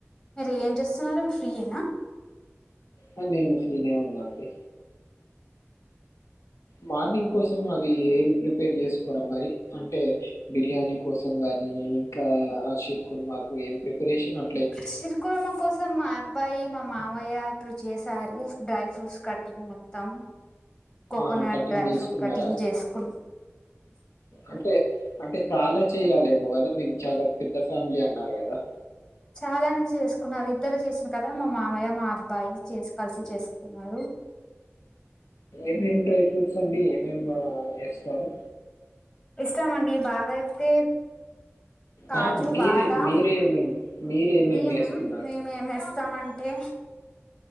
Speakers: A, on the left; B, on the left.
A: మీరు ఏం చేస్తున్నారు మీరు ఫ్రీయేనా
B: ఆ నేను ఫ్రీనే ఉన్నా అండి మార్నింగ్ కోసం అది ఏమి ప్రిపేర్ చేసుకోరా మరి అంటే బిర్యానీ కోసం కానీ ఇంకా షీర్ కుర్మా కు ఏం ప్రిపరేషన్ అ
A: షీర్ కుర్మా కోసం మా అబ్బాయి మా మావయ్య ప్పు చేసారు డ్రై ఫ్రూట్స్ కటింగ్ మొత్తం కోకోనట్
B: ఆహా! కటింగ్
A: డ్రై
B: జేసుకున్నారా?
A: ఫ్రూట్ కటింగ్ చేసుకును
B: అంటే అంటే చాలా చెయాలేమో కదా మీకు చాలా పెద్ద. ఫ్యామిలీ అన్నారు కదా.
A: చాలానే చేసుకున్నారు ఇద్దరు చేసిన కదా మా మామయ్య మా అబ్బాయి చేసి కలిసి చేసుకున్నారు.
B: ఏమేమి డ్రై ఫ్రూట్స్ అండి ఏమేం వేస్తారు.
A: ఇష్టమండి బాగా అయితే. కాజు
B: అహా! మీరు
A: బాదం
B: మీరేమేం మీరేమేమి
A: మేం
B: ఏస్తున్నారు?
A: మేమేంేస్తామంటే.